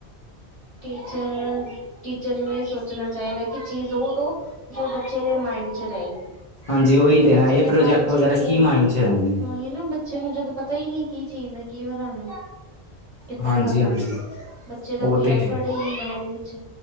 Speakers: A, on the right (about 35°); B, on the left (about 40°).
A: ਟੀਚਰ, ਟੀਚਰ ਨੂੰ ਇਹ ਸੋਚਣਾ ਚਾਹੀਦਾ ਕਿ ਚੀਜ਼ ਹੋ ਦੋ ਜੋ ਬੱਚੇ ਦੇ ਮਾ ਮਾਇੰਡ 'ਚ ਰਹੇ,
B: ਹਾਂਜੀ ਉਹੀ
A: ਜਦੋਂ
B: ਤੇ
A: ਬੱਚੇ
B: ਨਾ ਇਹ
A: ਦੇ
B: ਪ੍ਰੋਜੈਕਟ
A: ਮਾਇੰਡ 'ਚ
B: ਵਗੈਰਾ
A: ਨਹੀ
B: ਕੀ
A: ਆ
B: ਮਾਇੰਡ 'ਚ ਰਹਿੰਦੇ ਨੇ
A: ਆਹੀ ਨਾ ਬੱਚੇ ਨੂੰ ਜਦੋਂ ਪਤਾ ਹੀ ਨਹੀਂ ਕੀ ਚੀਜ਼ ਹੈ ਕੀ ਬਨਾਨਾ। ਕਿੱਦਾਂ
B: ਹਾਂਜੀ
A: ਕਰਨਾ,
B: ਹਾਂਜੀ
A: ਬੱਚੇ ਦਾ
B: ਉਹ
A: ਕੋਈ
B: ਤੇ
A: ਐਫ
B: ਹੈ
A: <unintelligible> ਉਹਦੇ ਵਿੱਚ,